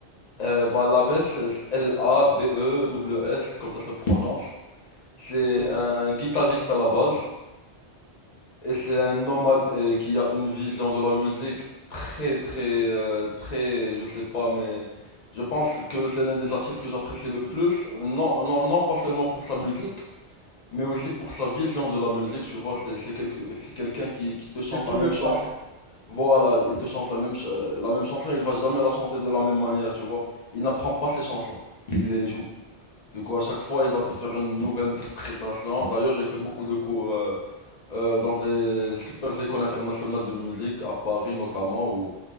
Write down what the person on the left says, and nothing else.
Euh, bah, l'abbé, c'est L-A-B-E-W-S, comme ça se prononce. C'est
un guitariste à la base. Et c'est un nomade euh, qui a une vision de la musique très, très, euh, très, je sais pas, mais je pense que c'est l'un des artistes que j'apprécie le plus. Non, non, non pas seulement pour sa musique, mais aussi pour sa vision de la musique. Tu vois, c'est, c'est quelque- c'est quelqu'un qui, qui te chante
la même
chanson.
Voilà, il te chante la même, ch- euh, la même chanson, il va jamais la chanter de la même manière, tu vois. Il n'apprend pas ses chansons il les joue. Du coup, à chaque fois, il va te faire une nouvelle interprétation. D'ailleurs, il fait beaucoup de cours euh, euh, dans des super écoles internationales de musique, à Paris notamment, ou